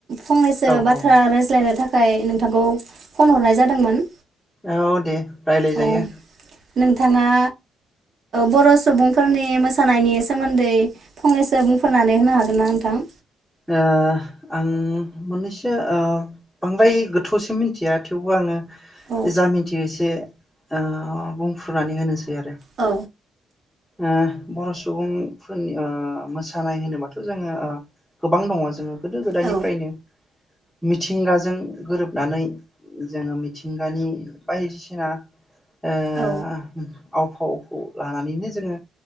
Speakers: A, on the right (about 55°); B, in the centre.
A: फंनैसो
B: औ
A: बाथ्रा
B: औ
A: रायज्लायनो थाखाय थाखाय नोंथांखौ फन हरनाय जादोंमोन
B: औ दे राय्लायजायो
A: औ नोंथाङा बर' ओ सुबुंफोरनि मोसानायनि सोमोन्दै फंनैसो बुंफोरनानै होनो हागोन ना नोंथां
B: ओ आं मोननैसो ओ बांद्राय गोथौसिम मिथिया थेवबो आङो
A: औ
B: जा मिनथियो एसे ओ बुंफ्रुनानै होनोस बि आरो
A: औ
B: ओ बर' सुबुंफोरनि ओ मोसानाय होनोबाथ' जोङो ओ गोबां दङ जोङो गोदो गोदायनिफ्रायनो
A: औ
B: मिथिंगाजों गोरोबनानै जोङो मिथिंगानि बायदिसिना ओ
A: औ
B: आव फावखौ लानानैनो जोङो